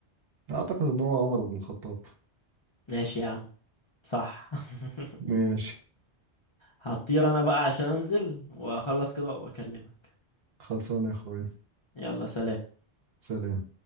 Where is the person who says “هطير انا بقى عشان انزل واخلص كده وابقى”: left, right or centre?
Left